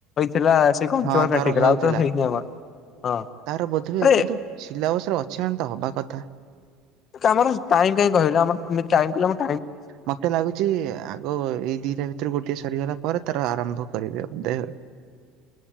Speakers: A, on the left (about 30°); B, on the right (about 55°).
A: ଥିଲା ସେ କଞ୍ଚରାଠଲା
B: ହଁ ତାର ହେଉଥିଲା।
A: ଆଉ ତ ହେଇନି ଆମର ହଁରେ
B: ତାର ବୋଧହୁଏ
A: <unintelligible>
B: କିନ୍ତୁ ସିଲାବସରେ ଅଛି ତ ହେବା କଥା।
A: ଆମର ଟାଇମ କାଇହିଁ କହିଲା ଆମର ଟାଇମ କହିଲ
B: ମତେତେ ଲାଗୁଛି ଆଗ ଏଇ ଦିଟା ଭିତରୁ ଗୋଟିଏ ସରିଗଲେ ପରେ ତାର ଆରମ୍ଭ କରିବେ ବୋଧେ।